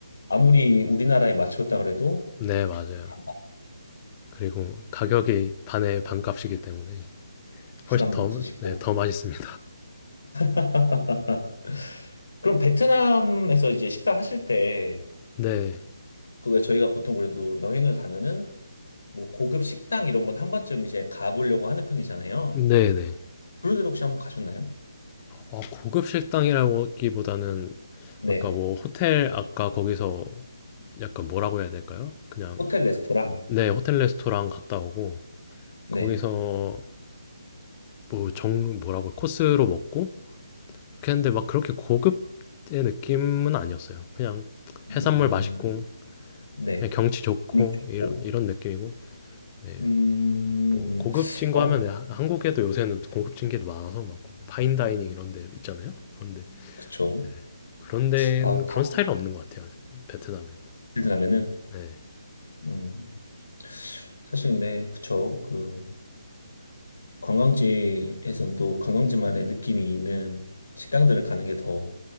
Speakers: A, on the left (about 80°); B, on the left (about 15°).
A: 아무리 우리나라에 맞췄다 그래도
B: 네, 맞아요.
A: 다
B: 그리고 가격이 반의 반값이기 때문에
A: 부담도
B: 훨씬 더,
A: 없으시고.
B: 네, 더 맛있습니다.
A: <laughs> 그럼 베트남에서 이제 식사하실 때,
B: 네.
A: 그 왜 저희가 보통 그래도 여행을 가면은 뭐 고급 식당 이런 건 한 번쯤 이제 가보려고 하는 편이잖아요.
B: 네, 네.
A: 그런 데도 혹시 한번 가셨나요?
B: 아, 고급 식당이라기보다는
A: 네.
B: 아까 뭐 호텔 아까 거기서 약간 뭐라고 해야 될까요? 그냥
A: 호텔 레스토랑.
B: 네 호텔 레스토랑 갔다 오고
A: 네.
B: 거기서 뭐 정 뭐라고 코스로 먹고 그렇게 했는데 막 그렇게 고급의 느낌은 아니었어요. 그냥
A: 음,
B: 해산물 맛있고
A: 네.
B: 그냥 경치 좋고
A: 분위기 좋고.
B: 이런 이런 느낌이고 네,
A: 음,
B: 뭐 고급진 거
A: 아,
B: 하면 네, 한국에도 요새는 고급진 게 많아서 막 파인다이닝 이런 데 있잖아요. 그런데
A: 그쵸.
B: 네. 그런 데는
A: 아, 다
B: 그런 스타일은 없는 것 같아요. 베트남은.
A: 베트남에는.
B: 네.
A: 음. 사실 근데 그쵸 그 관광지에선 또 관광지만의 느낌이 있는 식당들을 가는 게 더